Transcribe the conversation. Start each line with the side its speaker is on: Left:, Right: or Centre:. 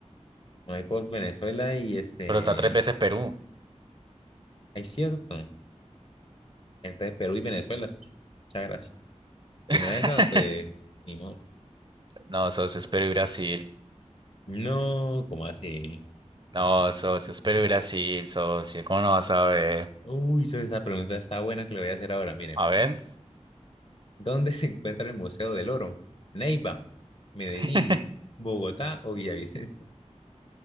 Left: Me voy por Venezuela y este.
Right: Pero está tres veces Perú.
Left: Es cierto. Entonces, Perú y Venezuela. Muchas gracias. Si
Right: <laughs>
Left: no es esa, pues. Ni modo.
Right: No, socio, es Perú y Brasil.
Left: No, ¿cómo así?
Right: No, socio, es Perú y Brasil, socio. ¿Cómo no vas a ver?
Left: Uy, eso- esa pregunta está buena que le voy a hacer ahora. Miren,
Right: A ver.
Left: ¿dónde se encuentra el Museo del Oro? Neiva, Medellín,
Right: <laughs>
Left: Bogotá o Villavicencio.